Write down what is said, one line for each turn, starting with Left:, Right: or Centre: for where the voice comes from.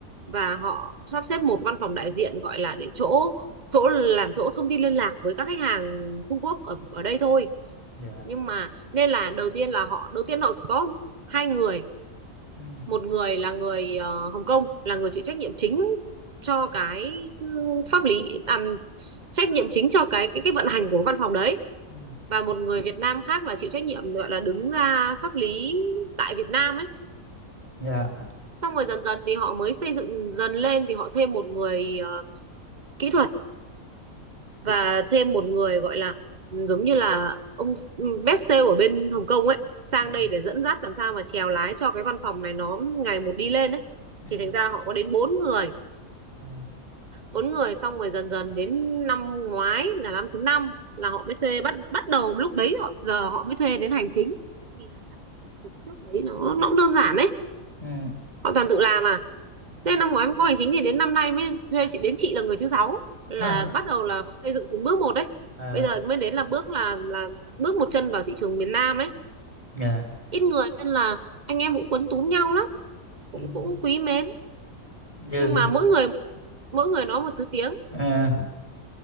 Right: và họ sắp xếp một văn phòng đại diện gọi là để chỗ chỗ làm chỗ thông tin liên lạc với các khách hàng Trung Quốc ở ở đây thôi.
Left: dạ
Right: Nhưng mà nên là đầu tiên là họ đầu tiên họ chỉ có hai người
Left: ừ,
Right: một người là người ờ, Hồng Kông là người chịu trách nhiệm chính cho cái ừ, pháp lý à, trách nhiệm chính cho cái cái cái vận hành của văn phòng đấy
Left: ừ,
Right: và một người Việt Nam khác là chịu trách nhiệm gọi là đứng ra pháp lý tại Việt Nam ấy
Left: dạ
Right: xong rồi dần dần thì họ mới xây dựng dần lên thì họ thêm một người ờ, kỹ thuật và thêm một người gọi là ừ, giống như là ông ừ, best sale ở bên Hồng Kông ấy sang
Left: ừ,
Right: đây để dẫn dắt làm sao mà chèo lái cho cái văn phòng này nó ngày một đi lên ấy
Left: ừ,
Right: thì thành ra họ có đến bốn người
Left: ờ,
Right: bốn người xong rồi dần dần đến năm ngoái là năm thứ năm là họ mới thuê bắt bắt đầu lúc đấy họ giờ họ mới thuê đến hành chính vì là các thủ tục trước đấy nó nó cũng đơn giản đấy
Left: ừ,
Right: họ toàn tự làm à thế năm ngoái có hành chính thì đến năm nay mới thuê chị đến chị là người thứ sáu là
Left: <coughs>
Right: bắt đầu là họ xây dựng từng bước một đấy
Left: à,
Right: bây giờ mới đến là bước là là bước một chân vào thị trường miền Nam ấy
Left: dạ
Right: ít người nên là anh em cũng quấn túm nhau lắm cũng
Left: ừ.
Right: cũng quý mến
Left: như
Right: nhưng mà mỗi người mỗi người nói một thứ tiếng
Left: à,